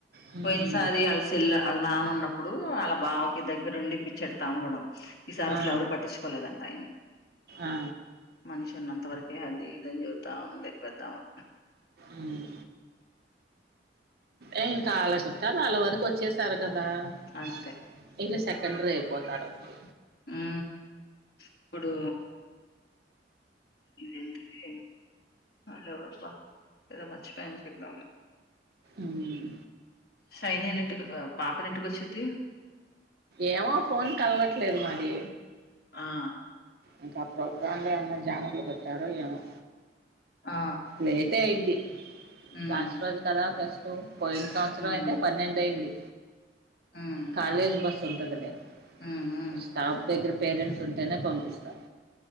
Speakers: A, on the right (about 60°); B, on the left (about 60°).
A: హ్మ్.
B: పోయిన్సారి ఆల్సేల్ల వాళ్ళ నాన్న ఉన్నప్పుడు వాళ్ళ బావకి దగ్గర ఉండి ఇప్పీచ్చాడు తాంబూలాం ఈ సారసలు
A: ఆ!
B: ఎవరు పట్టించుకోలేదంట ఆయన్ని
A: ఆ!
B: మనిషి ఉన్నంత వరకే ఆది ఇది అని చెప్తా ఉంది పెద్దామె
A: మ్మ్ ఏ ఇంకా అలా చుట్టాలు అళ్ళ వరకు వచ్చేసారు. కదా <unintelligible>
B: అంతే
A: సెకండరీ అయిపోతారప్పుడు
B: ఊ ఇప్పుడు ఇదేంటిది ఆల్ ఏవరబ్బా ఏదో మర్చిపోయా చెబుదామని
A: మ్మ్
B: సైనేన్ ఇంటి పాపని ఇంటికి వచ్చిద్ది
A: ఏమో ఫోన్ కల్వట్ లేదు మడి
B: ఆ
A: ఇంక ఆ ప్రోగ్రాంలో ఏమన్న జామర్లు పెట్టారో ఏమో
B: ఆ
A: లేేటే అయిద్ది
B: ఉమ్
A: దాచుకోవాలి కదా కొంచెం పో పోయిన సంవత్సరం
B: ఉమ్
A: అయితే పన్నెండు అయింది.
B: హ్మ్
A: కాలేజ్ బస్ తుంటదిలే
B: హ్మ్ హ్మ్
A: ఒక స్టాప్ దగ్గర పేరెంట్ ఉంటేనే పంపిస్త స